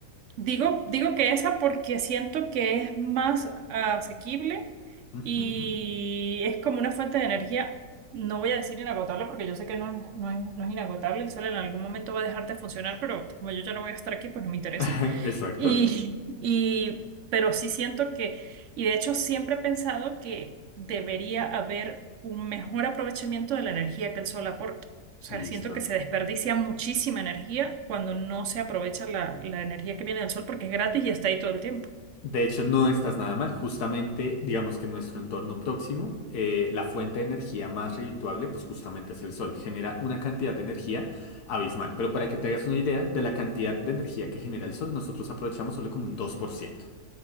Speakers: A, on the right (about 65°); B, on the left (about 75°).
A: Digo, digo que esa porque siento que es más asequible
B: Ujú.
A: y es como una fuente de energía, no voy a decir inagotable porque yo sé que no es, no es, no es inagotable, el sol en algún momento va a dejar de funcionar, pero como yo ya no voy a estar aquí, pues no me interesa.
B: <laughs> Exacto.
A: Y, <laughs> y, pero sí siento que, y de hecho siempre he pensado que debería haber un mejor aprovechamiento de la energía que el sol aporta. O
B: Listo.
A: sea, siento que se desperdicia muchísima energía cuando no se aprovecha la, la energía que viene del sol porque es gratis y está ahí todo el tiempo.
B: De hecho, no estás nada mal. Justamente, digamos que en nuestro entorno próximo, eh, la fuente de energía más redituable, pues justamente es el sol. Genera una cantidad de energía abismal. Pero para que te hagas una idea de la cantidad de energía que genera el sol, nosotros aprovechamos solo como un 2%.